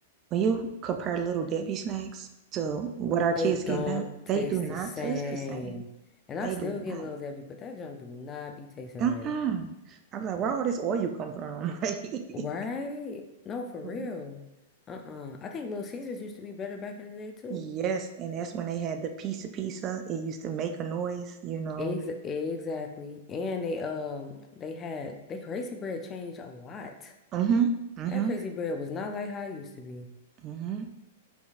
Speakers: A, on the right; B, on the left.
A: when you compare Little Debbie snacks to what our
B: They
A: kids
B: don't
A: get now,
B: taste
A: they do not
B: the same.
A: taste the same.
B: And I
A: They
B: still
A: do not.
B: get Little Debbie, but that junk do not be tasting
A: Uh-uh.
B: right.
A: I'm like, where all this oil come from? <laughs>
B: Right? No, for
A: Like,
B: real. Uh-uh. I think Little Caesars used to be better back in the day too.
A: yes. And that's when they had the pizza pizza. It used to make a noise, you know.
B: Ex exactly. And they um they had they crazy bread changed a lot.
A: Mm-hmm. Mm-hmm.
B: That crazy bread was not like how it used to be.
A: Mm-hmm.